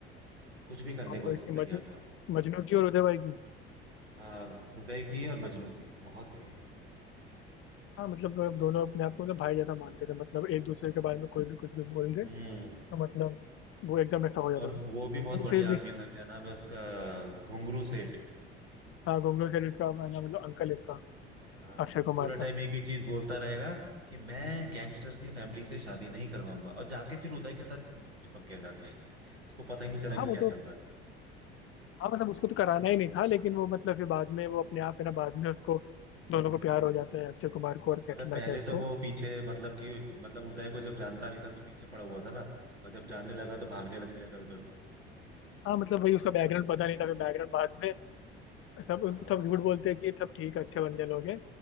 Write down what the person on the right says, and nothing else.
कुछ भी करने
को
तैयार
था वो
हाँ उदय की और मजनू की बहुत बढ़िया
हम्म
और
वो भी बहुत बढ़िया
आदमी था क्या नाम है उसका घुंगरू सेठ
हाँ
पूरा टाइम
एक ही चीज बोलता रहेगा कि मैं गैंगस्टर की फैमिली से शादी नहीं करवाऊंगा और जाके फिर उदय के साथ चिपक गया जाके उसको पता ही नहीं चला कि
क्या
चल रहा है
मगर पहले
तो
वो पीछे मतलब कि मतलब उदय को जब जानता नहीं था तो पीछे पड़ा हुआ था ना और जब जानने लगा तो भागने लग गया इधर उधर
हाँ